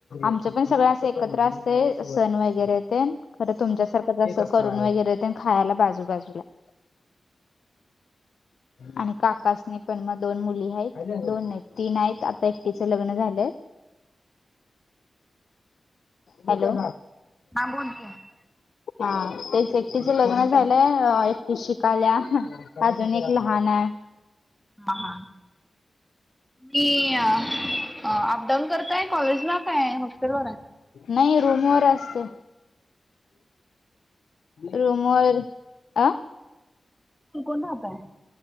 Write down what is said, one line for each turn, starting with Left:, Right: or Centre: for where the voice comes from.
Left: आमचं पण सगळ असं एकत्र असते सण वगैरे तेन. खरं तुमच्यासारखं जसं करून वगैरे खायला बाजूबाजूला आणि काकास नाही पण मग दोन मुली आहेत दोन नाही तीन आहेत आता एकटीचं लग्न झालंय हॅलो
Centre: मागोलत
Left: हा तेच एकटीच लग्न झालंय एकटी शिकाल्या अजून लहान अय.
Centre: हा हा मी अपडाऊन करताय कॉलेजला काय हॉस्टेलवर आहे?
Left: नाही रूमवर असते. रूमवर अ?
Centre: तू कोण राहातय?